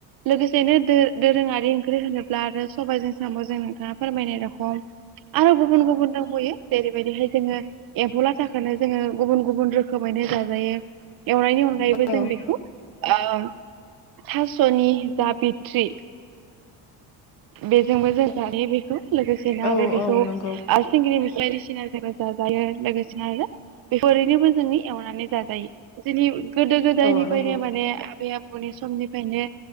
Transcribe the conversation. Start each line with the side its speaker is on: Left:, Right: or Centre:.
Right: लोगोसेनो दो दोरोङारि ओंख्रि होनो ब्ला आरो सबाइजों सामजों नोंथाङा फोरमायनाय रखम आरो गुबुन गुबुन दोंबयो जेरैबायदिहाय जोङो एम्फौ लाथाखोनो थाखायनो जोङो गुबुन गुबुन रोखोमैनो जाजायो। एवनायनि अनगायैबो
Left: नोंथाङा फोरमायनाय
Right: जों बेखौ
Left: रखम औ
Right: ओ थासनि बा बिथ्रि बेजोंबो जों जायो बेखौ।
Left: जाजायो
Right: लोगोसेनो आरो बेखौ
Left: आरो
Right: सिंग्रिमिखि बायदिसिनाजोंबो जाजायो लोगोसेनो आरो बेखो‌ ओरैनोबो जोङो एवनानै जाजायो। जोंनि गोदो गो दायनिफायनो
Left: ओरैनोबो
Right: माने आबै आबौनि समनिफायनो